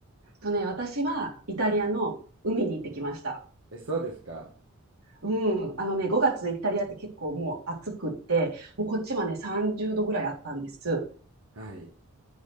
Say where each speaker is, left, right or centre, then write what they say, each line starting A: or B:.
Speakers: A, on the right; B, on the right.
A: とね、私はイタリアの海に行ってきました。
B: え、そうですか。
A: うん、あのね、5月イタリアって結構もう暑くって、もうこっちはね、30度ぐらいあったんです。
B: はい。